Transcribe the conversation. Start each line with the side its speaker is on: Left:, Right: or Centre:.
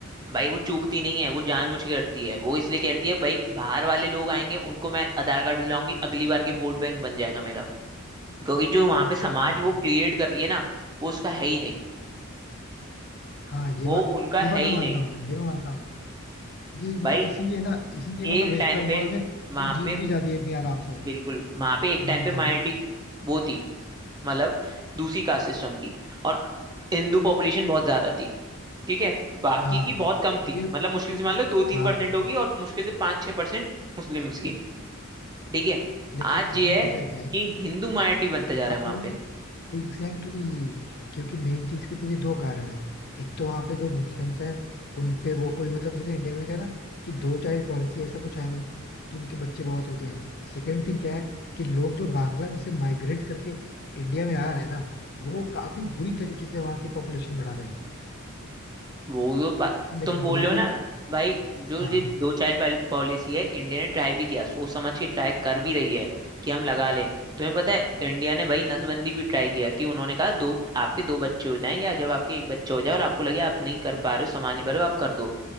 Right: भाई वो चूकती नहीं है वो जानबूझ के करती है वो इसलिए करती है भाई बाहर वाले लोग आएंगे उनको मैं आधार कार्ड दिलाऊंगी अगली बार के वोट बैंक बन जाएगा मेरा क्योंकि जो वहां
Left: Exactly
Right: पे समाज
Left: exactly.
Right: वो क्रिएट कर रही है ना वो उसका है ही नहीं
Left: हाँ ये
Right: वो
Left: बात
Right: उनका
Left: ये बात
Right: है ही
Left: मैं मानता
Right: नहीं
Left: हूँ भाई, ये मैं मानता हूँ ये
Right: भाई
Left: ये इसीलिए ना इसीलिए मतलब
Right: एक
Left: वेस्ट
Right: टाइम
Left: बंगाल
Right: पे
Left: में
Right: वहां
Left: वो जीत
Right: पे
Left: भी जाती है इतनी आराम से
Right: बिल्कुल वहां पे एक
Left: हाँ
Right: टाइम
Left: बताओ
Right: पे माइनॉरिटी वो थी मतलब दूसरी कास्ट सिस्टम की और हिंदू पॉपुलेशन बहुत ज्यादा थी ठीक है बाकी
Left: हाँ
Right: की बहुत कम थी
Left: अभी
Right: मतलब मुश्किल से मान लो दो
Left: हाँ
Right: तीन परसेंट होगी और मुश्किल से पाँच छह परसेंट मुस्लिम्स की ठीक है
Left: लेकिन
Right: आज
Left: अभी
Right: ये है
Left: पता
Right: कि
Left: है क्या है
Right: हिंदू माइनॉरिटी बनता जा रहा
Left: अपोज
Right: है वहां पे,
Left: Exactly exactly. क्योंकि मेन चीज के पीछे दो कारण है एक तो वहां पे जो मुस्लिम्स हैं उन पे वो कोई मतलब जैसे इंडिया में क्या है ना कि दो चाइल्ड पॉलिसी ऐसा कुछ है नहीं तो उनके बच्चे बहुत होते हैं सेकंड थिंग क्या है कि लोग जो बांग्लादेश से माइग्रेट करके इंडिया में आ रहे हैं ना वो काफी बुरी तरीके से वहाँ की पॉपुलेशन बढ़ा रहे हैं
Right: वो तो बा-
Left: लेकिन
Right: तुम बोल
Left: गवर्नमेंट
Right: रहे हो ना भाई जो
Left: हाँ
Right: ये दो चाइल्ड पॉलिसी है इंडिया ने ट्राई भी किया सोच समझ के ट्राई कर भी रही है कि हम लगा लें तुम्हें पता है इंडिया ने भाई नसबंदी भी ट्राई किया कि उन्होंने कहा दो आपके दो बच्चे हो जाएं या जब आपके एक बच्चा हो जाए और आपको लगे आप नहीं कर पा रहे हो संभाल नहीं पा रहे हो आप कर दो